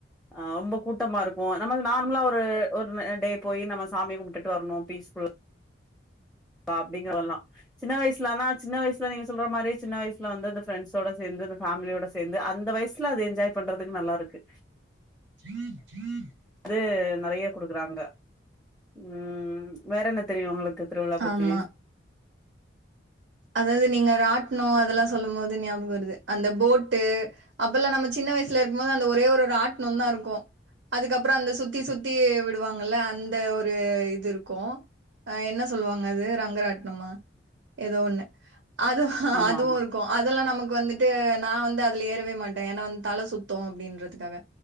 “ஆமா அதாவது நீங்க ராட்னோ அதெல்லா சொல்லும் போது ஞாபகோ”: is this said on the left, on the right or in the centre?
Right